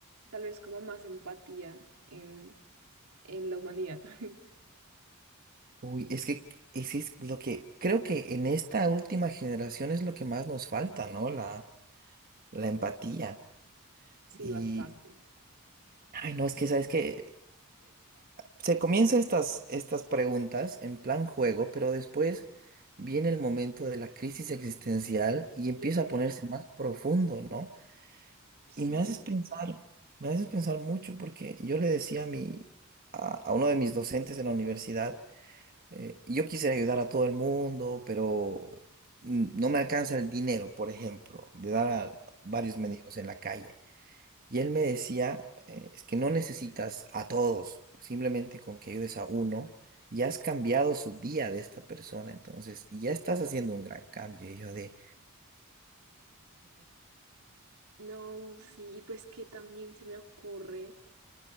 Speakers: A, on the right; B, on the right.
A: tal vez como más empatía en, en la humanidad. <laughs>
B: Uy, es que es, es lo que. Creo que en esta última generación es lo que más nos falta, ¿no? La, la empatía.
A: Sí,
B: y
A: bastante,
B: Ay, no, es que sabes que se comienza estas, estas preguntas en plan juego, pero después viene el momento de la crisis existencial y empieza
A: literal.
B: a ponerse más profundo, ¿no?
A: Sí,
B: Y me haces pensar, me haces pensar mucho porque yo le decía a mi, a, a uno de mis docentes en la universidad, eh, yo quisiera ayudar a todo el mundo, pero mm, no me alcanza el dinero, por ejemplo, de dar a varios mendigos en la calle. Y él me decía, eh, es que no necesitas a todos, simplemente con que ayudes a uno, ya has cambiado su día de esta persona, entonces ya estás haciendo un gran cambio. Y yo de,
A: no, sí, pues que también se me ocurre.